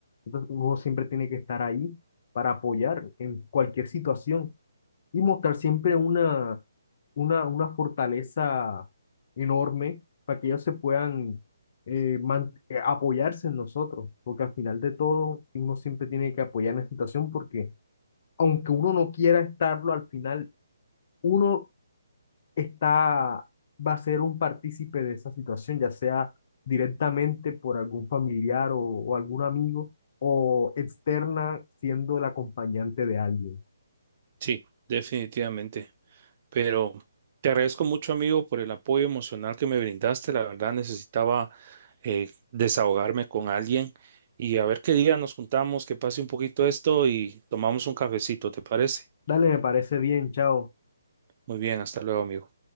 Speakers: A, on the left; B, on the right.
A: Entonces, uno siempre tiene que estar ahí para apoyar en cualquier situación y mostrar siempre una una, una fortaleza enorme para que ellos se puedan eh, man- eh, apoyarse en nosotros, porque al final de todo uno siempre tiene que apoyar en la situación porque aunque uno no quiera estarlo, al final uno está, va a ser un partícipe de esa situación, ya sea directamente por algún familiar o, o algún amigo o externa siendo el acompañante de alguien.
B: Sí, definitivamente. Pero te agradezco mucho, amigo, por el apoyo emocional que me brindaste. La verdad, necesitaba eh, desahogarme con alguien y a ver qué día nos juntamos, que pase un poquito esto y tomamos un cafecito, ¿te parece?
A: Dale, me parece bien, chao.
B: Muy bien, hasta luego, amigo.